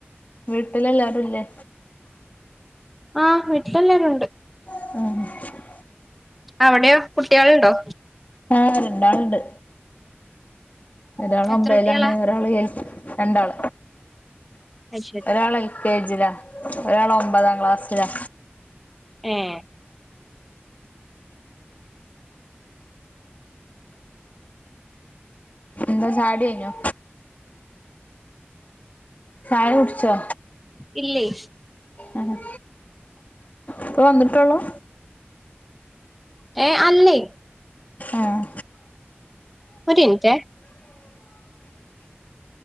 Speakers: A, on the left; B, in the centre.
A: വീട്ട്ലെല്ലാരുല്ലേ
B: ആഹ് വീട്ട്ലെല്ലാരുണ്ട്
A: ആഹ്
B: അവിടെയോ കുട്ട്യാള്ണ്ടോ?
A: ആഹ് രണ്ടാള്ണ്ട് ഒരാൾ
B: എത്ര
A: ഒമ്പേലാണ്
B: കുട്ടികളാ
A: ഒരാള് എസ് രണ്ടാൾ
B: അയ്ശെരി
A: ഒരാള് എൽ കേജ്ലാ ഒരാളൊമ്പതാം ക്ലാസ്സിലാ
B: ഏഹ്
A: എന്താ ചായൊട്യയ്ഞ്ഞോ? ചായ കുടിച്ചോ
B: ഇല്ലേയ്
A: ആഹ് ഇപ്പൊ വന്നിട്ടൊള്ളൂ
B: ഏഹ് അല്ലേ
A: ആഹ്
B: ഒരിൻറ്റേ